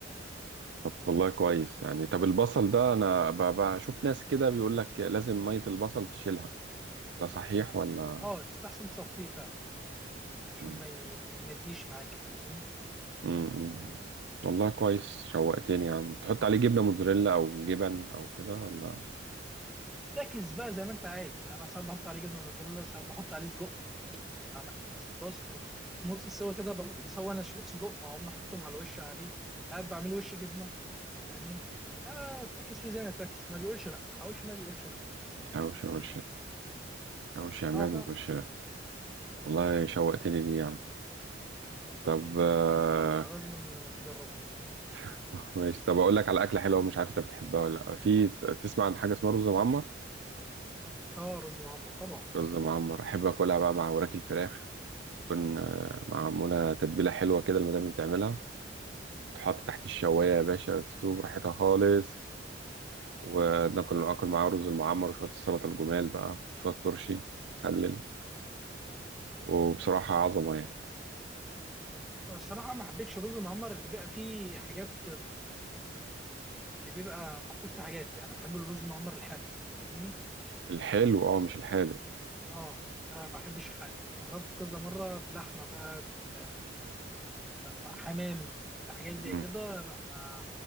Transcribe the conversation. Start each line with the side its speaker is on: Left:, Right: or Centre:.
Right: طب والله كويس يعني طب البصل ده انا ب- بشوف ناس كده بيقول لك لازم ميه البصل تشيلها ده صحيح ولا
Centre: اه يستحسن تصفيه فعلا عشان
Right: م.
Centre: ما ي... ما ينديش معاك كده فاهمني
Right: م- م. والله كويس شوقتني يا عم تحط عليه جبنه موتزاريلا او جبن او كده ولا
Centre: تاكس بقى زي ما انت عايز انا ساعات بحط عليه جبنه موتزاريلا ساعات بحط عليه سجق بعمل بس نص السوا كده ببقى مسوي انا شريط سجق واقوم حاططهم على الوش عليه ساعات بعمل وش جبنه فاهمني اه افتكس في زي ما تاكس ما بيقولش لا الحواوشي ما بيقولش لا
Right: حواوشي ولا حواوشي يا عماد
Centre: اه فعلا
Right: ما تقولش والله شوقتني ليه يا عم طب آه،
Centre: لا لا لا لازم تجرب
Right: <laughs> ماشي طب اقول لك على اكله حلوه مش عارف انت بتحبها ولا لا في ت- تسمع عن حاجه اسمها رز معمر
Centre: اه رز معمر طبعا
Right: رز معمر احب اكلها بقى مع وراك الفراخ تكون آه، معموله تتبيله حلوه كده المدام بتعملها تحط تحت الشوايه يا باشا وتستوي براحتها خالص وناكل اكل معاه رز المعمر وشويه السلطه الجمال بقى شويه ترشي مخلل وبصراحه عظمه يعني
Centre: آه، الصراحه ما حبيتش الرز المعمر اللي بيبقى فيه حاجات اللي بيبقى محطوط فيه حاجات يعني انا بحب الرز المعمر الحلو فاهمني
Right: الحلو اه مش الحادق
Centre: اه انا ما بحبش الحادق جربت كذا مره بلحمه بقى ب- بحمام بحاجات
Right: مم.
Centre: زي كده لا ما